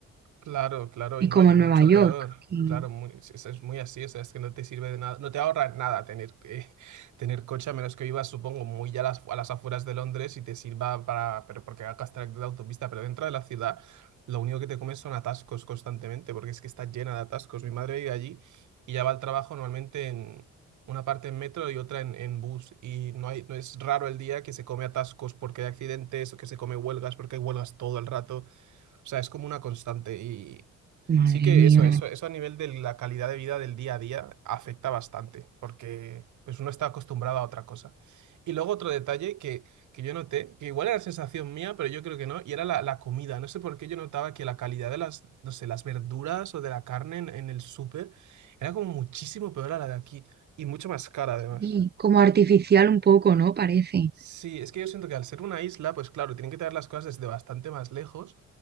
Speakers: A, on the right; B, on the right.
A: claro, claro,
B: y
A: y no,
B: como
A: y
B: en
A: mucho
B: Nueva York.
A: peor.
B: Y-
A: Claro, muy- es, es es muy así, o sea, es que no te sirve de nada, no te ahorra nada tener, eh, <laughs> tener coche, a menos que vivas, supongo, muy a las, a las afueras de Londres y te sirva para, pero porque hagas trayecto de autopista, pero dentro de la ciudad lo único que te comes son atascos constantemente, porque es que está llena de atascos. Mi madre vive allí y ya va al trabajo normalmente en una parte en metro y otra en, en bus, y no hay, no es raro el día que se come atascos porque hay accidentes o que se come huelgas porque hay huelgas todo el rato. O sea, es como una constante y
B: Madre
A: sí que
B: mía.
A: eso, eso, eso a nivel de la calidad de vida del día a día afecta bastante, porque pues uno está acostumbrado a otra cosa. Y luego otro detalle que, que yo noté, que igual era sensación mía, pero yo creo que no, y era la, la comida. No sé por qué yo notaba que la calidad de las, no sé, las verduras o de la carne en, en el súper era como muchísimo peor a la de aquí y mucho más cara además.
B: Sí, como artificial un poco, ¿no? Parece.
A: Sí, es que yo siento que al ser una isla, pues claro, tienen que traer las cosas desde bastante más lejos